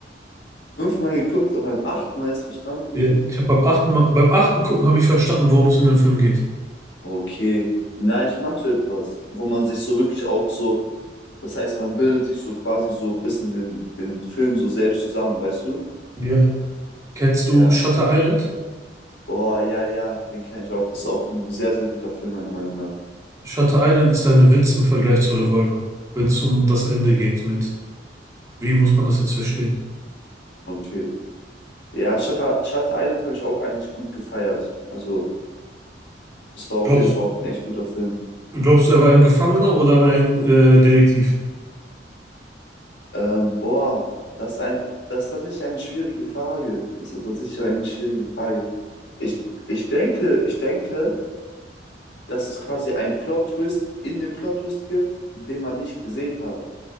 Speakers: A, on the left; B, on the right.
A: Fünfmal geguckt und beim achten Mal erst verstanden.
B: Ja. Ich habe beim achten Mal, beim achten Gucken habe ich verstanden, worum es in dem Film geht.
A: Okay. Na, ich mag so etwas, wo man sich so wirklich auch so, das heißt, man bildet sich so quasi so ein bisschen den, den Film so selbst zusammen, weißt du?
B: Ja. Kennst
A: Ja.
B: du Shutter Island?
A: Boah, ja, ja, den kenne ich auch. Ist auch ein sehr, sehr guter Film, meiner Meinung nach.
B: Shutter Island ist ein Witz im Vergleich zu Revolver, wenn es um das Ende geht mit, wie muss man das jetzt verstehen?
A: Ah, Okay. Ja, Shutter, Shutter Island habe ich auch eigentlich gut gefeiert. Also, es war auf
B: Glaubst,
A: jeden Fall auch ein echt guter Film.
B: glaubst du, er war ein Gefangener oder ein äh, Detektiv?
A: Ähm, boah, das ist ein, das ist tatsächlich eine schwierige Frage. Das ist tatsächlich eine schwierige Frage. Ich, ich denke, ich denke, dass es quasi einen Plot-Twist in dem Plot-Twist gibt, den man nicht gesehen hat.